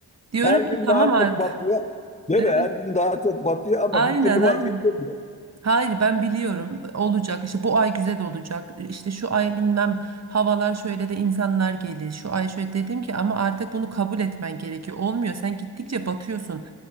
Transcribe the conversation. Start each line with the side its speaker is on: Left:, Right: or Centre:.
Right: Diyorum
Left: Her
Right: ki
Left: gün
Right: tamam
Left: daha
Right: artık.
Left: çok batıyor. Değil
Right: Evet,
Left: mi? Her gün daha çok batıyor ama
Right: aynen
Left: bir türlü
Right: aynen.
Left: vazgeçemiyor.
Right: Hayır ben biliyorum olacak işte bu ay güzel olacak işte şu ay bilmem havalar şöyle de insanlar gelir şu ay şöyle dedim ki ama artık bunu kabul etmen gerekiyor olmuyor sen gittikçe batıyorsun